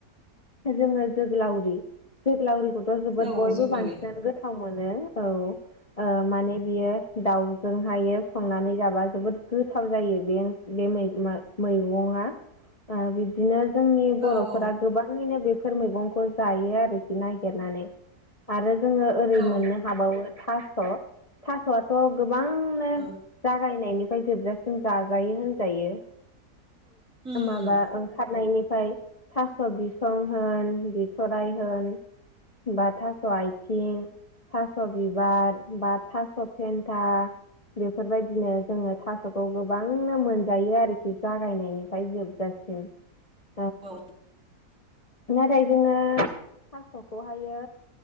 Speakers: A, on the left (about 35°); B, on the right (about 75°).
A: जोङो जोग्लावरि-जोग्लावरि खौथ' जोबोद
B: औ
A: बयबो
B: जोगलावरि
A: बांसिनानो गोथाव मोनो। औ ओ माने बियो दाउजोंहाय संनानै जाबा जोबोद गोथाव जायो बे मैगंआ बिबदिनो जोंनि बर'फोरा
B: औ औ
A: गोबाङैनो बे फोर मैगंखौ जायो आरोखि नागिरनानै आरो जोङो ओरै
B: औ
A: मोननो हाबावो थास'- थास'आथ' गोबांनो
B: औ
A: जागायनायनि फ्राय जोबजासिम जाजायो होनजायो
B: उम
A: माबा
B: उम
A: ओंखारनायनि फ्राय थास' बिसं होन बिथ'राय होन बा थास'आइथिं थास' बिबार बा थास' फेन्था बेफोरबायदिनो जोङो थास'खौ गोबांनो मोनजायो आरोखि जागायनायनिफ्राय जोबजासिम। <unintelligible>
B: औ
A: नाथाय जोङो थास'खौहायो